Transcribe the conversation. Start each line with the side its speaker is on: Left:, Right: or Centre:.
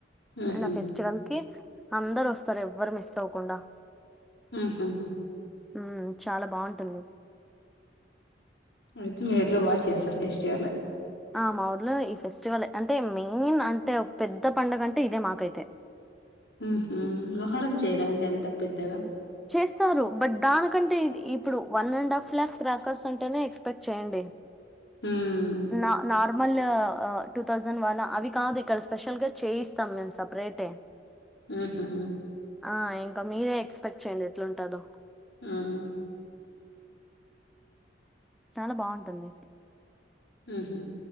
Left: ఉహు
Centre: అండ్ ఆ ఫెస్టివల్ కి అందరు వస్తారు ఎవ్వరు మిస్ అవ్వకుండా
Left: మ్మ్ హ్మ్
Centre: మ్మ్ చాలా బాగుంటుంది
Left: అయితే మీ ఊర్లో బాగా చేస్తారు ఫెస్టివల్ అది
Centre: ఆ మా ఊర్లో ఈ ఫెస్టివల్ అంటే మెయిన్ అంటే ఒక పెద్ద పండుగ అంటే ఇదే మాకైతే
Left: మ్మ్ హ్మ్ మొహర్రం చేయరా
Centre: ఉమ్.
Left: అండి అంత పెద్దగా
Centre: చేస్తారు బట్ దానికంటే ఇప్పుడు one and half lakh crackers అంటేనే ఎక్స్పెక్ట్ చేయండి
Left: ఉమ్
Centre: న నార్మల్ టూ థౌసండ్ వన్ అవి కాదు ఇక్కడ స్పెషల్ గా చేయిస్తాం మేము సపరేటే
Left: మ్మ్ హ్మ్
Centre: ఆ ఇంకా మీరే ఎక్స్పెక్ట్ చేయండి ఎట్లుంటదో
Left: మ్మ్
Centre: చాలా బాగుంటుంది
Left: మ్మ్ హ్మ్